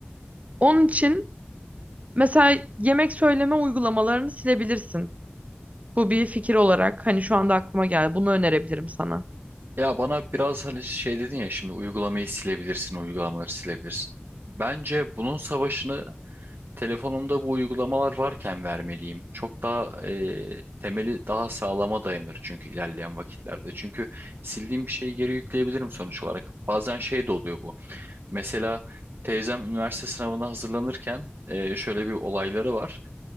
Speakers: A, on the right; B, on the right.
A: Onun için mesela yemek söyleme uygulamalarını silebilirsin. Bu bir fikir olarak hani şu anda aklıma geldi. Bunu önerebilirim sana.
B: Ya bana biraz hani şey dedin ya şimdi uygulamayı silebilirsin, uygulamaları silebilirsin. Bence bunun savaşını telefonumda bu uygulamalar varken vermeliyim. Çok daha e, temeli daha sağlama dayanır çünkü ilerleyen vakitlerde. Çünkü sildiğim bir şeyi geri yükleyebilirim sonuç olarak. Bazen şey de oluyor bu. Mesela teyzem üniversite sınavına hazırlanırken e, şöyle bir olayları var.